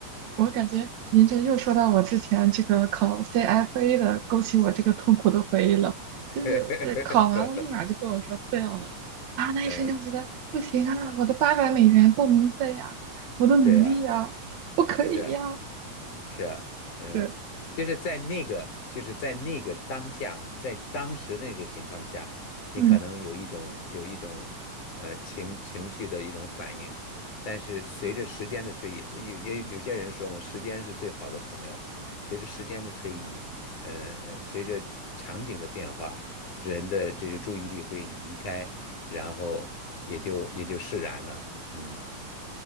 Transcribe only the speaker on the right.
我感觉您这又说到我之前这个考 CFA 的，勾起我这个痛苦的回忆了。
就是这考完了，
立马就跟我说 fail 了啊！那一瞬间我觉得不行啊，
我的八百美元报名费呀、我的努力呀、
不可以呀、
是，
嗯